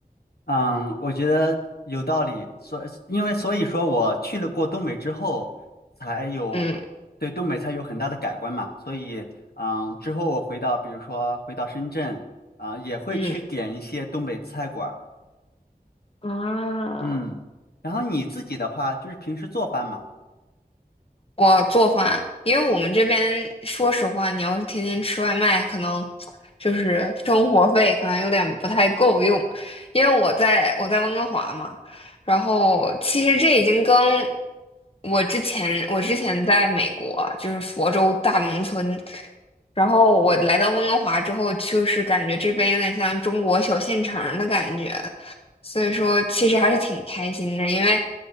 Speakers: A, on the left; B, on the left.
A: 嗯，我觉得有道理，所因为所以说我去了过东北之后，才有对东北菜有很大的改观嘛，
B: 嗯
A: 所以嗯，之后我回到比如说回到深圳啊，也会去点一些东北菜馆儿，
B: 嗯啊。
A: 嗯，然后你自己的话就是平时做饭嘛，
B: 我做饭，因为我们这边说实话，你要是天天吃外卖，可能就是生活费可能有点不太够用。因为我在我在温哥华嘛，然后其实这已经跟我之前我之前在美国就是佛州大农村，然后我来到温哥华之后，就是感觉这边有点像中国小县城儿的感觉。所以说其实还是挺开心的，因为